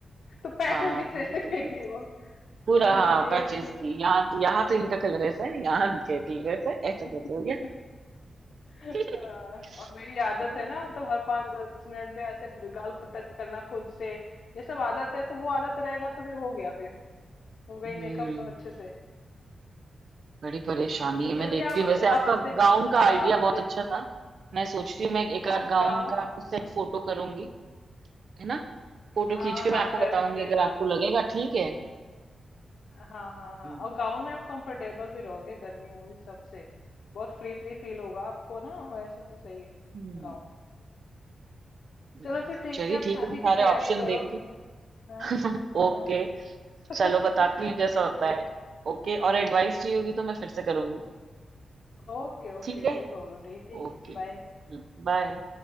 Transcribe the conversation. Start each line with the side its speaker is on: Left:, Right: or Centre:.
Left: तो पैसेज
Right: हाँ
Left: दिखने लगेंगे
Right: बिल्कुल।
Left: वो
Right: पूरा
Left: हाँ
Right: हाँ
Left: ये
Right: पैचेस
Left: इशू
Right: की यहाँ तो यहाँ तो इनका कलर ऐसा है यहाँ इनका कलर ऐसा है ऐसा
Left: <laughs>
Right: कैसे हो गया
Left: हाँ,
Right: <laughs>
Left: और मेरी आदत
Right: हाँ,
Left: है ना मतलब हर पाँच दस मिनट में ऐसे गाल को टच करना खुद से ये सब आदत है तो वो आदत रहेगा तो फिर हो गया फिर हो गई
Right: हम्म
Left: मेकअप अच्छे से
Right: बड़ी परेशानी
Left: हाँ तो
Right: है
Left: चलिए
Right: मैं देखती
Left: आप
Right: हूँ वैसे आपका
Left: आप
Right: गाउन का
Left: हाँ
Right: आइडिया
Left: आप
Right: बहुत
Left: देख
Right: अच्छा था
Left: देख-
Right: मैं सोचती हूँ मैं एक
Left: हाँ
Right: आध गाउन
Left: गाउन
Right: का आपको सेट फोटो करूंगी है ना फोटो
Left: हाँ
Right: खींच के मैं
Left: हाँ
Right: आपको
Left: कर
Right: बताऊंगी
Left: दीजिएगा
Right: अगर आपको लगेगा ठीक है
Left: हाँ हाँ हाँ
Right: हम्म।
Left: और गाउन में आप कंफर्टेबल भी रहोगे गर्मी उर्मी सबसे बहुत फ्री फ्री फील होगा आपको ना वैसे तो सही है
Right: हम्म
Left: गाउन
Right: हम्म,
Left: चलो फिर ठीक
Right: चलिए
Left: है आप शादी
Right: ठीक है मैं
Left: की
Right: सारे
Left: तैयारी
Right: ऑप्शन
Left: करो
Right: देख के
Left: हाँ
Right: <laughs>
Left: हाँ
Right: ओके
Left: <laughs>
Right: चलो बताती
Left: ठीक
Right: हूँ जैसा होता
Left: है
Right: है ओके और एडवाइस
Left: ठीक
Right: चाहिए
Left: है
Right: होगी तो मैं फिर से करूंगी
Left: ओके ओके
Right: ठीक है
Left: कोई प्रॉब्लम नहीं है ठीक
Right: ओके
Left: है बाय
Right: बाय